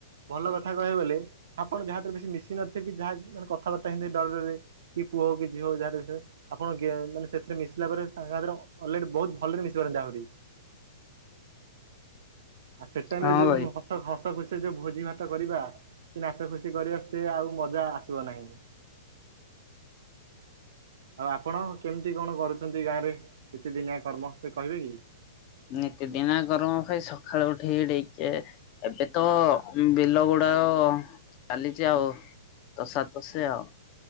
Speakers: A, on the right; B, on the left.
A: ଭଲ କଥା କହିବେ ବଲେ ଆପଣ ଯାହାଥିରେ ବେଶୀ ମିଶି ନଥିବ କି ଯାହା ମାନେ କଥାବାର୍ତ୍ତା ହେଇେ ଡର ଡରରେ କି ପୁଅ ହଉ କି ଝିଅ ଯାହା ବିଷ ଆପଣ ମାନ ସେଥିରେ ମିଶିଲା ପରେ ଅଲରେଡି ବହୁତ ଭଲରେ ମି <unintelligible> ଆଉ ସେ ଟାଇମ
B: ହଁ
A: ରେ ଯୋଉ
B: ଭାଇ।
A: ହସ ନାଚ ଖୁସିରେ ଯୋଉ ଭୋଜି ଭାତ କରିବା କି ନାଚ ଖୁସି କରିବା ସେ ଆଉ ମଜା ଆସିବ ନାହିଁ। ଆଉ ଆପଣ କେମିତି କଣ କରୁଛନ୍ତି ଗାଁରେ ନିତିଦିନିଆ କର୍ମ ସେ କହିବେ କି?
B: ନିତିଦିିନିଆ କରମ ଖାଇ ସକାଳୁ ଉଠେକି ଟିକେ ଏବେ ତ ବିଲ ଗୋଡ ଅ ଚାଲିଛି ଆଉ ତସା ତସି ଆଉ